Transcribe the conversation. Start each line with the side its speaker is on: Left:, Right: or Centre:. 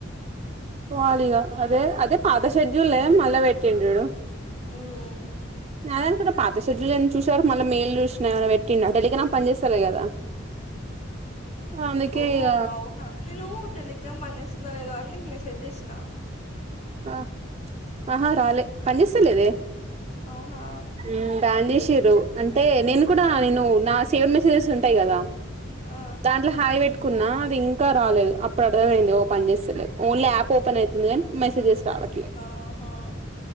Right: వాడుగా అదే అదే పాత షెడ్యూలే మల్ల వెట్టిండు యుడు
Left: ఉమ్
Right: జనాని కూడా పాత షెడ్యూల్నే చూసారు మళ్ళ మేలు చూసినా ఏమైనా పెట్టిండా టెలిగ్రామ్ పని చేస్తాలే కదా అందుకే
Left: ఓ
Right: ఇగ
Left: అవునా నేను టెలిగ్రామ్ పనిచేస్తుందా లేదో అని నీకు మెసేజ్ చేసినా
Right: ఆ ఆహా రాలే పనిజేస్తలేదే
Left: అవునా
Right: ఉమ్ బ్యాన్ చేసారు అంటే నేను కూడా నేను నా సేవెడ్ మెసేజెస్ ఉంటాయి కదా
Left: ఆ
Right: దాంట్లో హాయి వెట్ కున్నా అది ఇంకా రాలేదు అప్పుడు అర్థమైంది ఓ పని చేస్తలేదు ఓన్లీయాప్ ఓపెన్ అయితుంది కాని మెసేజెస్ రావట్లేదు
Left: ఆహో